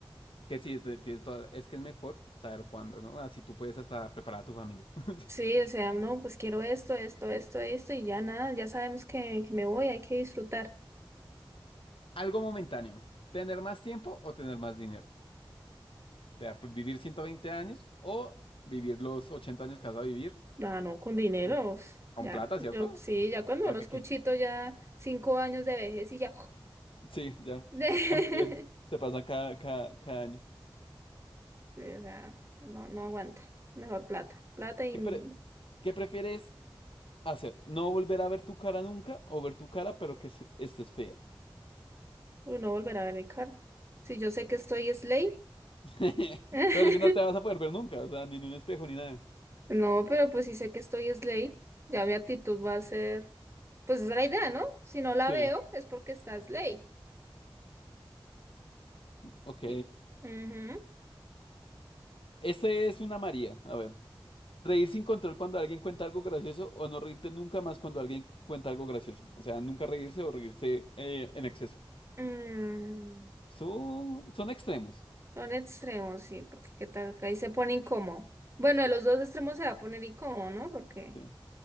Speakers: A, on the left (about 75°); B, on the right (about 30°).
A: que sí, te- tienes toda- es que es mejor saber cuándo, ¿no? Así tú puedes hasta preparar a tu familia. <laughs>
B: Sí, o sea, no, pues quiero esto, esto, esto, esto, y ya nada, ya sabemos que, que me voy, hay que disfrutar.
A: Algo momentáneo. ¿Tener más tiempo o tener más dinero? sea, pues, vivir 120 años o vivir los 80 años que vas a vivir
B: Ah, no, con dinero.
A: mm,
B: uf,
A: con
B: Ya,
A: plata,
B: yo
A: ¿cierto?
B: sí, ya cuando
A: ¿Para
B: uno
A: qué
B: escuchito
A: qué? <laughs>
B: ya cinco años de vejez y ya.
A: Sí, ya.
B: <laughs> de-
A: A mí bien, se pasa cada, cada, cada año.
B: sí, o sea, no, no aguanta. Mejor plata. Plata y
A: ¿Qué,
B: mm,
A: pre- qué prefieres hacer? ¿No volver a ver tu cara nunca o ver tu cara pero que se- estés fea?
B: uy, no volver a ver mi cara. Si yo sé que estoy es ley.
A: <laughs>
B: <laughs>
A: Pero es que no te vas a poder ver nunca, o sea, ni en un espejo ni nada.
B: No, pero pues si sé que estoy es ley, ya mi actitud va a ser. Pues esa es la idea, ¿no? Si no la
A: Sí,
B: veo, es porque está Slay.
A: ok.
B: Y- Ujú.
A: Este es una María, a ver. Reír sin control cuando alguien cuenta algo gracioso o no reírte nunca más cuando alguien cuenta algo gracioso. O sea, nunca reírse o reírse eh, en exceso.
B: Mm,
A: Son, son extremos.
B: son extremos, sí, porque qué tal que ahí se pone incómodo. Bueno, de los dos extremos se va a poner incómodo, ¿no? Porque
A: Sí.